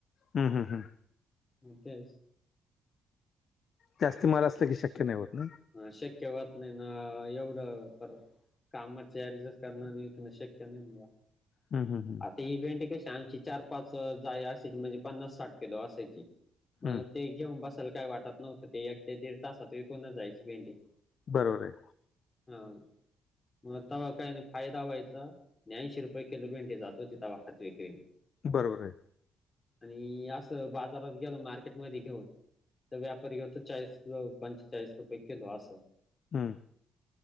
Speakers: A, on the left (about 55°); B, on the left (about 25°).
A: हा हा हं.
B: मग काय?
A: जास्त मला असलं की, शक्य नाही होत ना?
B: हा शक्य व्होत नाही ना, एवढं परत कामाचे ऍडजस्ट करण शक्य नाही मला.
A: हम्म, हम्म हम्म.
B: आता इव्हेंट कशी आमची चार, पाच जाय असायची म्हणजे पन्नास, साठ किलो असायची. मग
A: हम्म,
B: ते घेऊन बसायला काय वाटत नव्हतं. ते एक ते दीड तासात विकून जायची भेंडी.
A: बरोबरे.
B: हा मग तवा काय नाही फायदा व्हायचा. ऐंशी रुपये किलो भेंडी जात होती तवा हात विक्रीने.
A: बरोबरे.
B: आणि असं बाजारात गेलं मार्केटमध्ये घेऊन तर व्यापारी घ्यायचं चाळीस किंवा पंचेचाळीस रुपये किलो असं.
A: हम्म.